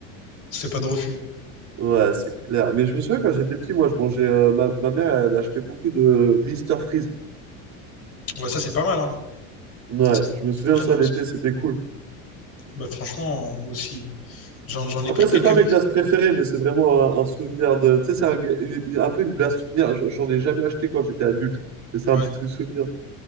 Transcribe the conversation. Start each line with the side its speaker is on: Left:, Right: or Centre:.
Left: c'est pas de refus.
Right: Ouais, c'est clair. Mais je me souviens quand j'étais petit, moi, je mangeais. euh, ma, ma mère, elle achetait beaucoup de Mister Freeze.
Left: Ouais, ça, c'est pas mal, hein.
Right: Ouais,
Left: Ça, c'est-
Right: je me souviens
Left: Jamais
Right: ça
Left: aussi.
Right: l'été, c'était cool.
Left: Bah, franchement, moi aussi. J'en, j'en ai
Right: Après,
Left: pris
Right: c'est
Left: quelques
Right: pas
Left: mix.
Right: mes glaces préférées, mais c'est vraiment un, un souvenir de. Tu sais, c'est un, une- un peu une glace souvenir. J'en j'en ai jamais acheté quand j'étais adulte, mais c'est
Left: Ouais,
Right: un petit truc souvenir.